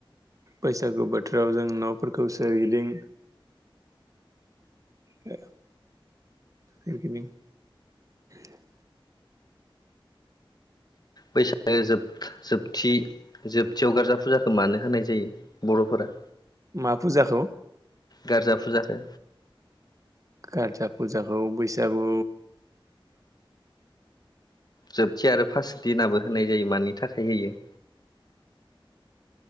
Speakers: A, on the right (about 35°); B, on the left (about 45°).
A: बैसागु बोथोराव जों न'फोरखौ सोरगिदिं <unintelligible> सोरगिदिं <inaudible>
B: बैसागो जोब जोबथि जोबथियाव गारजा फुजाखौ मानो होनाय जायो बर'फोरा?
A: मा फुजाखौ?
B: गारजा फुजखौ
A: गारजा फुजाखौ बैसागु
B: जोबथि आरो फास दिनाबो होनाय जायो मानि थाखाय होयो?